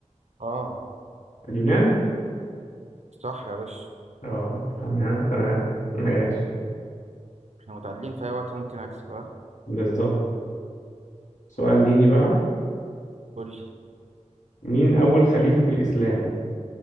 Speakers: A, on the right; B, on the left.
A: اه
B: اليونان
A: صح يا باشا
B: اه تمام تمام ماشي
A: احنا متعادلين في اي وقت ممكن اكسب ها
B: بالظبط سؤال ديني بقى
A: قول لي
B: مين أول خليفة في الإسلام